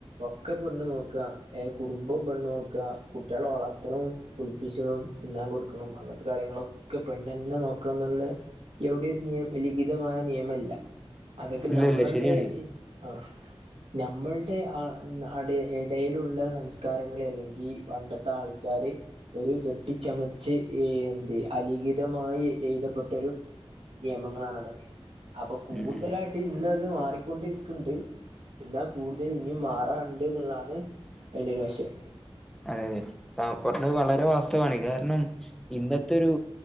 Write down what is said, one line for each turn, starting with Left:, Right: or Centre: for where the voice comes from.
Right: ഒക്കെ പെണ്ണ് നോക്ക ഏ കുടുംബം പെണ് നോക്കുക കുട്ടിയാളെ വളർത്ത്ണം കുൾപ്പിച്ചണം തിന്നാൻ കൊട്ക്കണം അങ്ങത്തെ കാര്യങ്ങളൊക്കെ പെണ്ണന്നെ നോക്കണം എന്ന്ള്ളെ എവിടി ഒരു നിയം ലിഖിതമായ നിയമല്ല അതൊക്കെ
Centre: ഇല്ലല്ല
Right: ഞമ്മൾടെ
Centre: ശരിയാണ്
Right: ഈ ആഹ് ഞമ്മൾടെ ആ അടെ എടയിലുള്ള സംസ് കാരങ്ങളെ അല്ലെങ്കി പണ്ടത്തെ ആൾക്കാര് ഒരു കെട്ടിച്ചമച്ച് ഏ എന്ത് അലിഖിതമായി എഴുതപ്പെട്ട ഒരു നിയമങ്ങളാണ് അതൊക്കെ അപ്പൊ കൂട്തലായ്ട്ട്
Centre: ഉം ഉം
Right: ട്ട് ഇന്ന അത് മാറിക്കൊണ്ടിരിക്ക്ണ്ട് ഇന്നാ കൂടുതൽ ഇനിയും മാറാണ്ട് ഇന്ന്ള്ളാണ്. അതിൻ്റൊരു വശം
Centre: അതെ യതെ താം പറഞ്ഞത് വളരെ വാസ്തവാണെയ് കാരണം ഇന്നത്തെ ഒരു